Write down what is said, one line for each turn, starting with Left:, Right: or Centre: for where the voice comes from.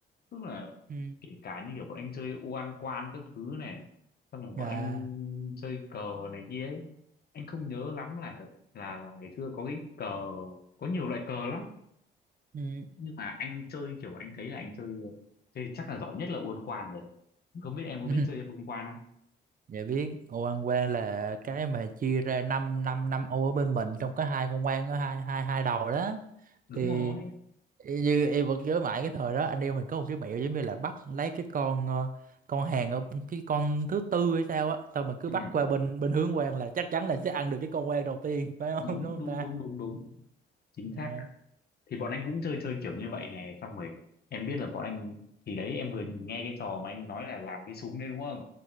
Left: tức là
Right: ừ
Left: kể cả như kiểu bọn anh chơi ô ăn quan các thứ này xong rồi bọn
Right: à
Left: anh chơi cờ này kia ấy anh không nhớ lắm là là là ngày xưa có cái cờ có nhiều loại cờ lắm
Right: ừ
Left: nhưng mà anh chơi kiểu anh thấy là anh chơi chơi chắc là giỏi nhất là ô ăn quan rồi không biết em có
Right: ừ.
Left: biết chơi ô ăn quan không
Right: dạ biết ô ăn quan là cái mà chia ra năm năm năm ô ở bên mình trong có hai con quan ở hai hai hai đầu đó
Left: đúng
Right: thì
Left: rồi
Right: Y- như em vẫn nhớ mãi cái thời đó anh em mình có một cái mẹo giống như là bắt lấy cái con ờ, con hàng ở cái con thứ tư hay sao á xong mình cứ
Left: ừ.
Right: bắt qua bên bên hướng quang là chắc chắn là sẽ ăn được cái con quang đầu tiên <laughs> phải không
Left: đúng
Right: đúng không
Left: đúng
Right: ta
Left: đúng đúng đúng chính
Right: dạ
Left: xác thì bọn anh cũng chơi chơi kiểu như vậy nè xong rồi em biết là bọn anh thì đấy em vừa nghe cái trò mà anh nói là làm cái súng đấy đúng không